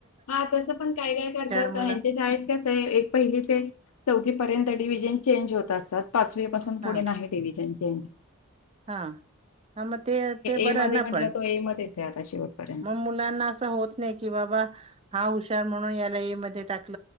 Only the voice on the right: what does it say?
मुलं
हा
हा हा मग ते ते बरं
ना
पण
मग मुलांना असं होत नाही की बाबा? हा हुशार म्हणून याला ए मध्ये टाकला?